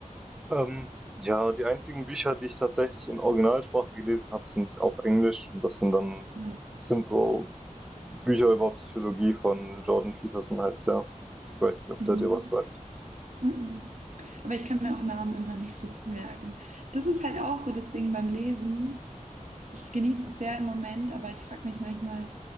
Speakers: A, in the centre; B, on the right.
A: ähm, ja, die einzigen Bücher, die ich tatsächlich in Originalsprache gelesen habe, sind auch Englisch. Und das sind dann,
B: Mhm.
A: das sind so Bücher über Psychologie von Jordan Peterson heißt der. Ich weiß nicht, ob
B: Mhm.
A: der dir was sagt.
B: Mhm. Aber ich kann mir auch Namen immer nicht so gut merken. Das ist halt auch so das Ding beim Lesen. Ich genieße es sehr im Moment, aber ich frage mich manchmal,